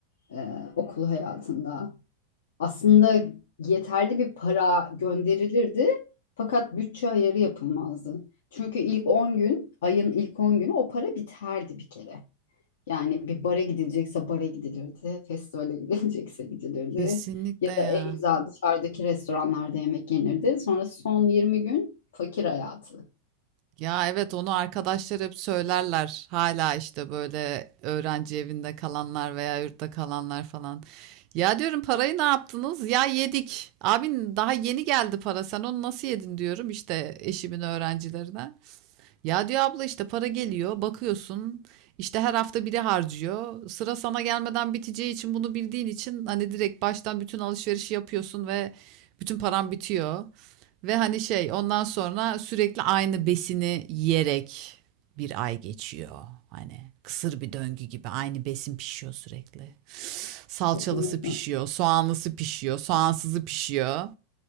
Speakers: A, on the left; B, on the right.
A: e, okul hayatında. Aslında yeterli bir para gönderilirdi fakat bütçe ayarı yapılmazdı. Çünkü ilk 10 gün, ayın ilk 10 günü o para biterdi bir kere. Yani bir bara gidilecekse bara gidilirdi, festivale <laughs> gidilecekse gidilirdi
B: Kesinlikle
A: ya
B: ya.
A: da en güzel dışarıdaki restoranlarda yemek yenirdi. Sonra son 20 gün fakir hayatı.
B: Ya evet onu arkadaşlar hep söylerler. Hala işte böyle öğrenci evinde kalanlar veya yurtta kalanlar falan. Ya diyorum parayı ne yaptınız? Ya yedik. Abin daha yeni geldi para. Sen onu nasıl yedin diyorum işte eşimin öğrencilerine. Ya diyor abla işte para geliyor, bakıyorsun. işte her hafta biri harcıyor. Sıra sana gelmeden biteceği için bunu bildiğin için hani direkt baştan bütün alışverişi yapıyorsun ve bütün paran bitiyor. Ve hani şey ondan sonra sürekli aynı besini yiyerek bir ay geçiyor. Hani kısır bir döngü gibi aynı besin pişiyor sürekli. Salçalısı
A: Kesinlikle.
B: pişiyor, soğanlısı pişiyor, soğansızı pişiyor.